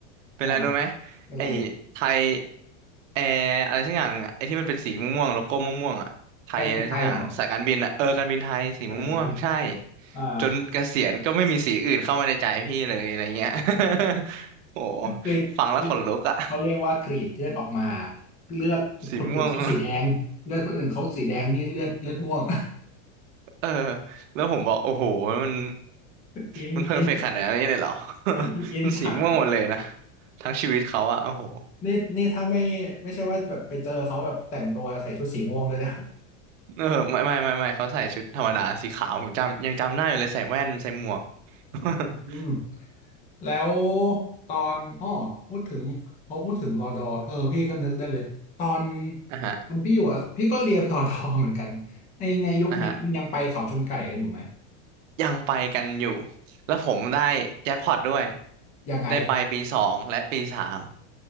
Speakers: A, on the right; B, on the left.
A: เป็นอะไรรู้ไหม
B: อ่าเป็นไร
A: ไอ้ไทยแอร์อะไรสักอย่างหนึ่งอะไอ้ที่มันเป็นสีม่วงๆโลโก้ม่วงๆอะไทยอะไรสักอย่างสายการบินอะเออการบินไทยสีม่วงๆใช่
B: การบินไทยเหรอการบินไทย อ่า
A: จนเกษียณก็ไม่มีสีอื่นเข้ามาในใจพี่เลยอะไรเงี้ย <laughs> โอ้
B: <laughs> คือคือ
A: ฟังแล้วขนลุกอะ
B: เขาเรียกว่ากรีดเลือดออกมาเลือดคนอื่นเขาสีแดงเลือดคนอื่นเขาสีแดงนี่เลือดเลือดม่วง
A: สีม่วง <laughs>
B: <laughs>
A: เออ แล้วผมบอกโอ้โห มัน
B: อินอิน
A: มันเพอร์เฟกต์ขนาดนี้เลยเหรอ <laughs>
B: <laughs> มันอินจัด
A: มันสีม่วงหมดเลยนะ ทั้งชีวิตเขาอะโอ้โห
B: นี่นี่ถ้าไม่ไม่ใช่ว่าแบบไปเจอเขาแบบแต่งตัวใส่ชุดสีม่วงเลยนะ
A: เออไม่ไม่ไม่ไม่เขาใส่ชุดธรรมดาสีขาว ผมจำยังจำได้อยู่เลยใส่แว่นใส่หมวก <laughs>
B: อืมแล้วตอนอ้อพูดถึงพอพูดถึงรอดอเออพี่ก็นึกได้เลยตอน
A: อ่ะฮะ
B: ตอนพี่อยู่อะพี่ก็เรียนรอดอเหมือนกันในในยุคนี้มันยังไปเขาชนไก่กันอยู่ไหม
A: อ่ะฮะยังไปกันอยู่ แล้วผมได้แจ็คพอตด้วย
B: ยังไง
A: ได้ไปปีสองและปีสาม